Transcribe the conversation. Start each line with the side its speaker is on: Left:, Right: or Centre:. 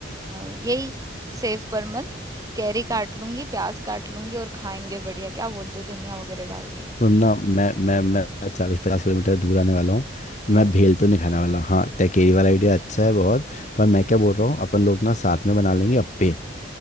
Right: अ, यही सेव परमल कैरी काट लूंगी प्याज काट लूंगी और खाएंगे बढ़िया क्या बोलते हो धनिया वगैरह डाल के
Left: वरना मैं मैं मैं चालीस पचास किलोमीटर दूर आने वाला हूँ तो
Right: हम्म
Left: मैं भेल तो नहीं खाने वाला हाँ टेकेरी वाला आइडिया अच्छा है बहुत पर मैं क्या बोल रहा हूँ अपन लोग ना साथ में बना लेंगे अप्पे